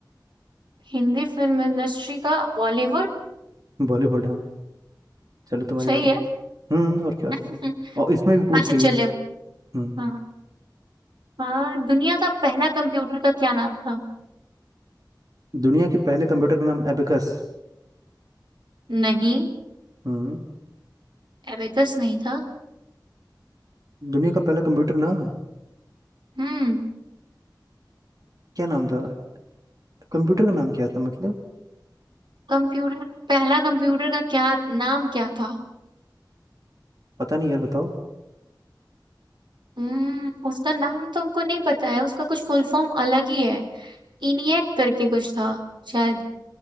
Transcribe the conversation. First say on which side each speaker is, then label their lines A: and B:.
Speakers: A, on the right; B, on the right.
A: हिंदी फिल्म इंडस्ट्री का बॉलीवुड
B: बॉलीवुड हाँ चलो तुम्हारी
A: सही
B: बारी
A: है
B: हम्म और क्या और
A: <laughs>
B: क्या और इसमें भी पूछ
A: अच्छा
B: रही
A: चलिए
B: हो
A: हाँ
B: हम्म
A: हाँ हाँ, दुनिया का पहला कंप्यूटर का क्या नाम था
B: दुनिया के पहले कंप्यूटर का नाम एबेकस
A: नहीं
B: हम्म
A: एबेकस नहीं था
B: दुनिया का पहला कंप्यूटर ना
A: हम्म
B: क्या नाम था कंप्यूटर का नाम क्या था मतलब
A: कंप्यूटर पहला कंप्यूटर का क्या नाम क्या था
B: पता नहीं यार बताओ
A: हम्म उसका नाम तो हमको नहीं पता है उसका कुछ फुल फॉर्म अलग ही है इनिएक करके कुछ था शायद